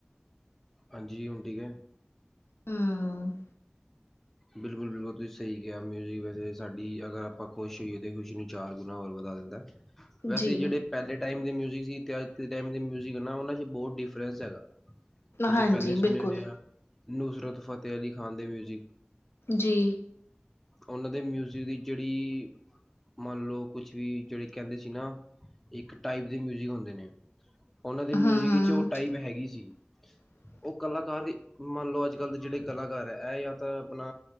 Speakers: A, in the centre; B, on the left.
A: ਹਾਂਜੀ ਹੁਣ ਠੀਕ ਹੈ।
B: ਹਮ
A: ਬਿਲਕੁਲ ਬਿਲਕੁਲ ਤੁਸੀਂ ਸਹੀ ਕਿਹਾ ਮਿਊਜ਼ਿਕ ਵੈਸੇ ਸਾਡੀ ਅਗਰ ਆਪਾਂ ਖੁਸ਼ ਹੋਈਏ ਤਾਂ ਖੁਸ਼ੀ ਨੂੰ ਚਾਰ ਗੁਣਾ ਹੋਰ ਵਧਾ। <unintelligible> ਵੈਸੇ
B: ਜੀ
A: ਜਿਹੜੇ ਪਹਿਲੇ ਟਾਈਮ ਦੇ ਮਿਊਜਿਕ ਸੀ ਤੇ ਅੱਜ ਦੇ ਟਾਈਮ ਤੇ ਟਾਈਮ ਮਿਊਜਿਕ ਹਨ, ਉਹਨਾਂ ਚ ਬਹੁਤ ਡਿਫਰੈਂਸ ਹੈਗਾ। ਤੁਸੀਂ
B: ਹਾਂਜੀ
A: ਪਹਿਲੇ ਸੁਣੇ
B: ਬਿਲਕੁਲ
A: ਹੋਣੇ ਆ ਨੁਸਰਤ ਫ਼ਤਿਹ ਅਲੀ ਖ਼ਾਨ ਦੇ ਮਿਊਜ਼ਿਕ
B: ਜੀ।
A: ਉਹਨਾਂ ਦੇ ਮਿਊਜ਼ਿਕ ਦੀ ਜਿਹੜੀ ਮੰਨ ਲਓ ਕੁਛ ਵੀ ਜਿਹੜੇ ਕਹਿੰਦੇ ਸੀ ਨਾ ਇੱਕ ਟਾਈਪ ਦੇ ਮਿਊਜਿਕ ਹੁੰਦੇ ਨੇ। ਉਹਨਾਂ ਦੇ
B: ਹਮ
A: ਮਿਊਜ਼ਿਕ
B: ਹਮ
A: ਵਿੱਚ ਉਹ ਟਾਈਪ ਹੈਗੀ ਸੀ।
B: <inaudible>
A: ਉਹ ਕਲਾਕਾਰ ਵੀ ਮੰਨ ਲਓ ਅੱਜ ਕੱਲ੍ਹ ਦੇ ਜਿਹੜੇ ਕਲਾਕਾਰ ਹੈ ਇਹ ਯਾ ਤਾਂ ਆਪਣਾ